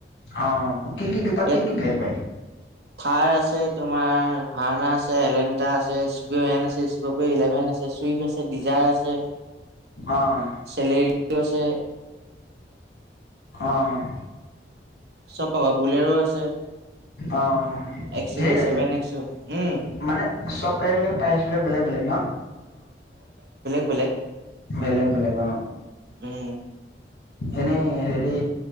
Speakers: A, on the left; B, on the right.
A: অ', কি কি তাত
B: ইয়াত
A: কি কি গাই প
B: থাৰ আছে। তোমাৰ ভওনা আছে। এলেণ্টা আছে। কপিঅ' এন আছে। স্কপিঅ ইলেভেন আছে। চুইফ্ট আছে। ডিজাৰ আছে।
A: অ'
B: চলেৰি পছে।
A: অ',
B: চব পাবা বোলেৰো আছে।
A: অ
B: এক্স ইউ
A: সে
B: ভি
A: আ
B: ছেভেন এক্স ইউ উম
A: মানে চব গাড়ী বিলাক প্ৰাইচ বিলাক বেলেগ বেলেগ ন
B: বোলেগ
A: বেলেগ বেলেগ
B: উম',
A: এনেই হেৰি